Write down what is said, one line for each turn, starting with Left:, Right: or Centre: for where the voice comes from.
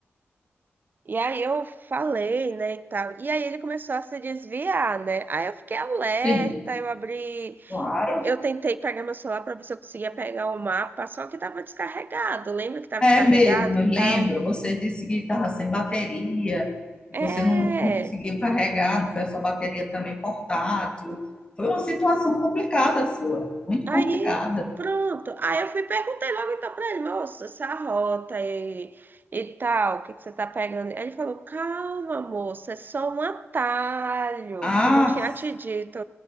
Right: e aí eu falei, né, e tal. E aí ele começou a se desviar, né? Aí eu fiquei alerta.
Left: sim,
Right: Eu abri
Left: claro.
Right: eu tentei pegar meu celular para ver se eu conseguia pegar o mapa, só que estava descarregado. Lembra que estava
Left: É
Right: descarregado
Left: mesmo, eu
Right: e
Left: lembro,
Right: tal?
Left: você disse que estava sem bateria, que
Right: É.
Left: você não conseguiu carregar, não foi a sua bateria também portátil. Foi uma situação complicada sua, muito
Right: Aí,
Left: complicada.
Right: pronto. Aí eu fui e perguntei logo então para ele, moço, essa rota e, e tal, o que que você tá pegando? Aí ele falou, calma, moça, é só um atalho,
Left: Ah,
Right: como eu tinha te dito.